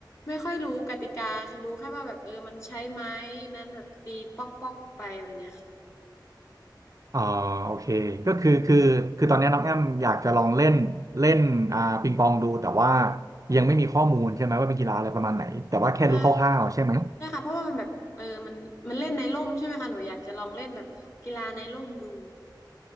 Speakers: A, on the left; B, on the right.
A: ไม่ค่อยรู้กติกาคือรู้แค่ว่าแบบเออมันใช้ไม้นั้นแบบตีป๊อกป๊อกไปแบบเนี้ยค่ะ
B: อ๋อโอเคก็คือคือคือตอนนี้น้องแอมอยากจะลองเล่นเล่นอ่าปิงปองดูแต่ว่ายังไม่มีข้อมูลใช่ไหมว่าเป็นกีฬาอะไรประมาณไหนแต่ว่าแค่รู้คร่าวๆใช่ไหม
A: ใช่ค่ะใช่ค่ะเพราะว่ามันแบบเออมันมันเล่นในร่มใช่ไหมคะหนูอยากจะลองเล่นแบบกีฬาในร่มดู